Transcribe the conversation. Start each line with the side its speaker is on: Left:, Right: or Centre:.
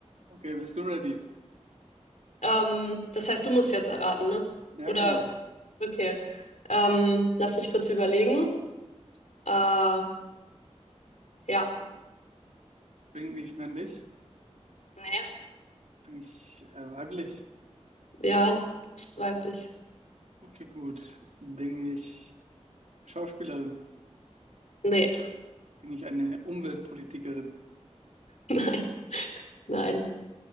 Right: Okay, bist du ready?
Left: Ähm, das heißt, du musst jetzt erraten, ne?
Right: Ja,
Left: Oder,
Right: genau.
Left: okay. Ähm, lass mich kurz überlegen. Äh, ja,
Right: Bin ich männlich?
Left: Nee.
Right: Bin ich äh, weiblich?
Left: ja, bist weiblich.
Right: Okay, gut. Bin ich Schauspielerin?
Left: Nee.
Right: Bin ich eine Umweltpolitikerin?
Left: <laughs> Nein, nein.